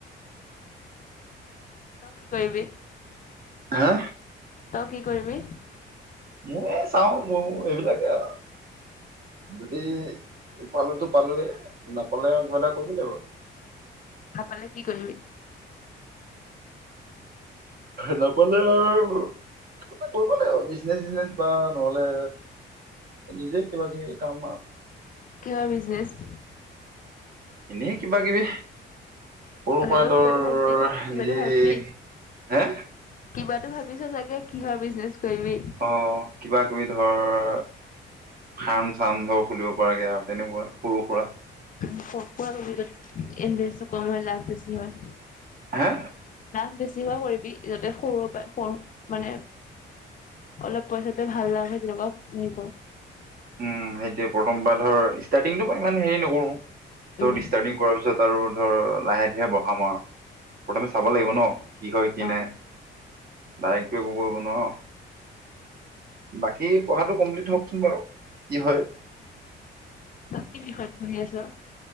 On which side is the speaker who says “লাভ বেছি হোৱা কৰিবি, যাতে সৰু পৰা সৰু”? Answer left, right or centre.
Left